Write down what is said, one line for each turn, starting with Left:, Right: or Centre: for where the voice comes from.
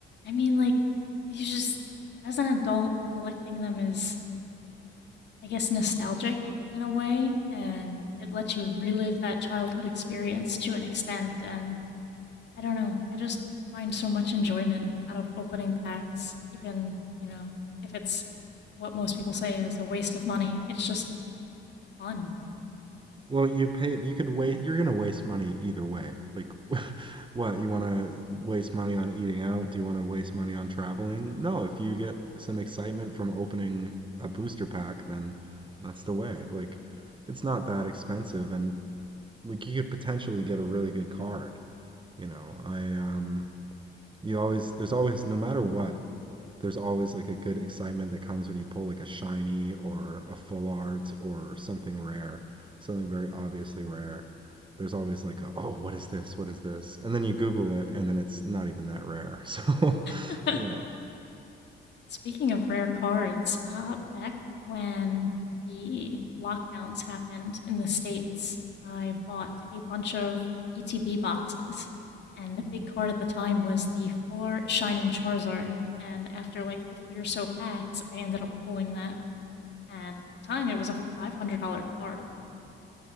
Left: I mean like you just as an adult collecting them is I guess nostalgic in a way and it lets you relive that childhood experience to an extent and I don't know. I just find so much enjoyment out of opening packs, even, you know, if it's what most people say is a waste of money. It's just fun.
Right: Well, you pay you could wait you're gonna waste money either way. Like <laughs> what, you wanna waste money on eating out? Do you wanna waste money on traveling? No, if you get some excitement from opening a booster pack, then that's the way. Like it's not that expensive and like you could potentially get a really good card. You know, I um You always, there's always, no matter what, there's always like a good excitement that comes when you pull like a shiny or a full art or something rare, something very obviously rare. There's always like a, oh, what is this? What is this? And then you Google it and then it's not even that rare. So, <laughs>
Left: <laughs>
Right: you know.
Left: Speaking of rare cards, uh, back when the lockdowns happened in the States, I bought a bunch of ETB boxes. And the big card at the time was the Full Art Shining Charizard. And after like 50 or so packs, I ended up pulling that. And at the time, it was a $500 card.